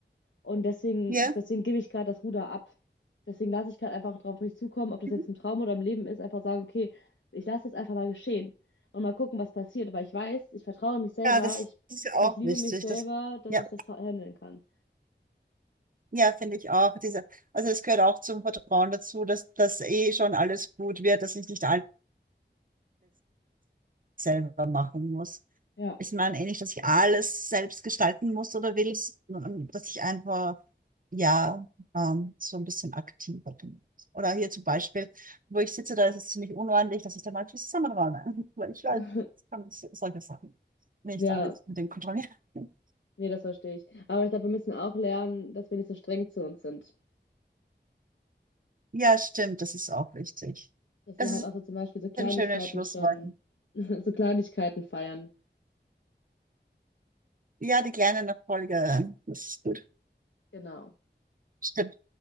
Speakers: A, on the left; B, on the right.
A: und deswegen,
B: Ja,
A: deswegen gebe ich gerade das Ruder ab. Deswegen lasse ich gerade einfach drauf mich zukommen, ob das
B: Mhm.
A: jetzt im Traum oder im Leben ist, einfach sagen, okay, ich lasse jetzt einfach mal geschehen und mal gucken, was passiert, weil ich weiß, ich vertraue in mich selber,
B: ja, das
A: ich,
B: ist ja auch
A: ich liebe
B: wichtig.
A: mich selber,
B: Das,
A: dass
B: ja.
A: ich das ver- handeln kann.
B: Ja, finde ich auch. Diese, also es gehört auch zum Vertrauen dazu, dass das eh schon alles gut wird, dass ich nicht alles selber machen muss.
A: Ja,
B: Ich meine eh nicht, dass ich alles selbst gestalten muss oder will, sondern dass ich einfach, ja, ähm, so ein bisschen aktiver bin. Oder hier zum Beispiel, wo ich sitze, da ist es ziemlich unordentlich, dass ich da mal zusammenräume. <laughs> Weil ich weiß,
A: <laughs>
B: ich kann so- solche Sachen nicht
A: ja,
B: alles mit dem kontrollieren. <laughs>
A: nee, das verstehe ich. Aber ich glaube, wir müssen auch lernen, dass wir nicht so streng zu uns sind.
B: Ja, stimmt, das ist auch wichtig.
A: Dass
B: Das
A: wir halt
B: ist
A: auch so zum Beispiel so Kleinigkeiten
B: ein schönes Schlusswort.
A: schon, <laughs> so Kleinigkeiten feiern.
B: Ja, die kleinen Erfolge, das ist gut.
A: Genau.
B: Stimmt.